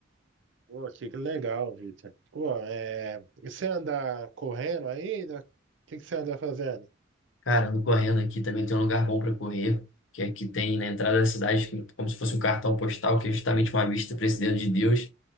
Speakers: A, on the right; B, on the left.
A: Pô, que que legal, Vitor. Pô, é. e Você anda correndo ainda? O que que você anda fazendo?
B: Cara, ando correndo aqui também tem um lugar bom para correr, que aqui tem na entrada da cidade, como se fosse um cartão postal, que é justamente uma vista para esse dedo de Deus.